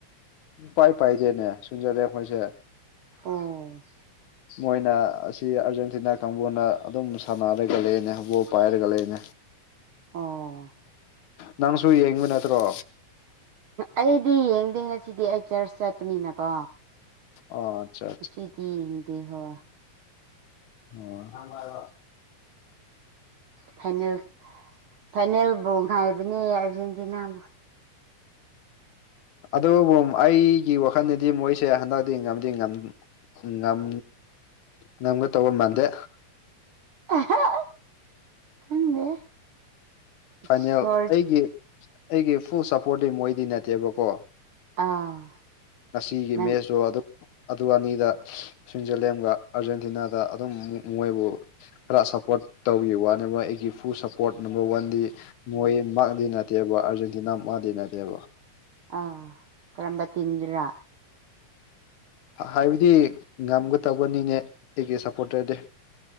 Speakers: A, on the left; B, on the right.
A: ꯄꯥꯏ ꯄꯥꯏꯗꯦꯅꯦ ꯁꯨꯏꯠꯖꯔꯂꯦꯟ ꯈꯣꯏꯁꯦ
B: ꯑꯣ
A: ꯃꯣꯏꯅ ꯑꯁꯤ ꯑꯥꯔꯖꯦꯟꯇꯤꯅꯥ ꯀꯥꯡꯕꯨꯅ ꯑꯗꯨꯝ ꯁꯥꯟꯅꯔꯒ ꯂꯩꯅꯦ ꯕꯣꯜ ꯄꯥꯏꯔꯒ ꯂꯩꯅꯦ
B: ꯑꯣ
A: ꯅꯪꯁꯨ ꯌꯦꯡꯕ ꯅꯠꯇ꯭ꯔꯣ
B: ꯑꯩꯗꯤ ꯌꯦꯡꯗꯦꯍꯦ ꯉꯁꯤꯗꯤ ꯑꯩ ꯆꯔꯆ ꯆꯠꯄꯅꯤꯅꯀꯣ
A: ꯑꯣ ꯑꯆꯥ
B: ꯉꯁꯤꯗꯤ ꯌꯦꯡꯗꯦ ꯍꯣꯏ
A: ꯑꯣ <unintelligible>
B: ꯐꯥꯢꯅꯦꯜ ꯐꯥꯏꯅꯦꯜꯕꯨ ꯉꯥꯏꯕꯅꯤ ꯑꯥꯔꯖꯦꯟꯇꯤꯅꯥꯕꯨ
A: ꯑꯗꯨꯕꯨ ꯑꯩꯒꯤ ꯋꯥꯈꯜꯗꯗꯤ ꯃꯣꯏꯁꯦ ꯍꯟꯗꯛꯇꯤ ꯉꯝꯗꯤ ꯉꯝ ꯉꯝ ꯉꯝꯒꯇꯧꯕ ꯃꯥꯟꯗꯦ
B: ꯑꯍꯥ ꯈꯪꯗꯦ ꯏꯁꯣꯔ
A: ꯐꯥꯏꯅꯦꯜ ꯑꯩꯒꯤ ꯑꯩꯒꯤ ꯐꯨꯜ ꯁꯞꯄꯣꯔꯠꯇꯤ ꯃꯣꯏꯗꯤ ꯅꯠꯇꯦꯕꯀꯣ
B: ꯑꯥ
A: ꯉꯁꯤꯒꯤ
B: ꯅꯪ
A: ꯃꯦꯠꯁꯇꯣ ꯑꯗꯨꯝ ꯑꯗꯨ ꯑꯅꯤꯗ ꯁ꯭ꯋꯤꯠꯖꯔꯂꯦꯝꯒ ꯑꯥꯔꯖꯦꯟꯇꯤꯅꯥꯗ ꯑꯗꯨꯝ ꯃꯣꯏꯕꯨ ꯈꯔ ꯁꯞꯄꯣꯔꯠ ꯇꯧꯕꯒꯤ ꯋꯥꯅꯦꯕ ꯑꯩꯒꯤ ꯐꯨꯜ ꯁꯞꯄꯣꯔꯠ ꯅꯝꯕꯔ ꯋꯥꯟꯗꯤ ꯃꯣꯏ ꯃꯥꯛꯗꯤ ꯅꯠꯇꯦꯕ ꯑꯥꯔꯖꯦꯟꯇꯤꯅꯥ ꯃꯥꯗꯤ ꯅꯠꯇꯦꯕ
B: ꯑꯥ ꯀꯔꯝꯕ ꯇꯤꯝꯗꯔꯥ
A: ꯍꯥꯏꯕꯗꯤ ꯉꯝꯒꯗꯧꯕꯅꯤꯅꯦ ꯑꯩꯒꯤ ꯁꯞꯄꯣꯔꯇꯔꯗꯤ